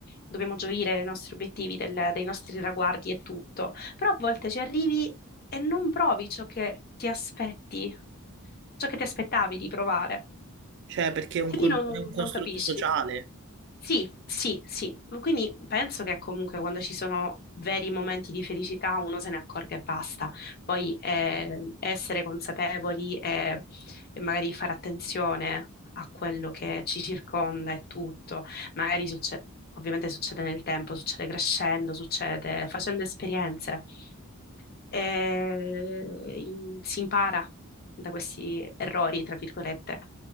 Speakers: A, on the left; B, on the right.
A: dobbiamo gioire dei nostri obiettivi, del- dei nostri traguardi e tutto, però a volte ci arrivi e non provi ciò che ti aspetti, ciò che ti aspettavi di provare,
B: Cioè perché è
A: quindi
B: un, con-
A: non
B: è un costrutto
A: non capisci.
B: sociale.
A: Sì, sì, sì. Quindi penso che comunque quando ci sono veri momenti di felicità uno se ne accorga e basta. Poi eh, essere consapevoli e, e magari fare attenzione a quello che ci circonda e tutto. Magari succede, ovviamente succede nel tempo, succede crescendo, succede facendo esperienze. E, in- si impara da questi errori, tra virgolette.